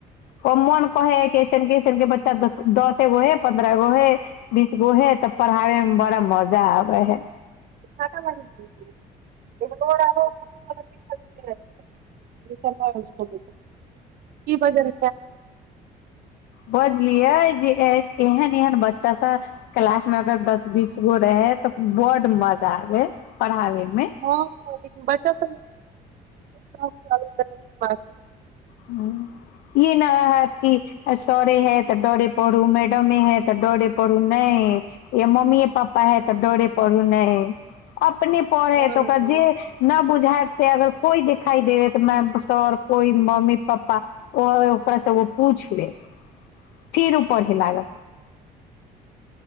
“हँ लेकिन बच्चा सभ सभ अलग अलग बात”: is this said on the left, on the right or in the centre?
Right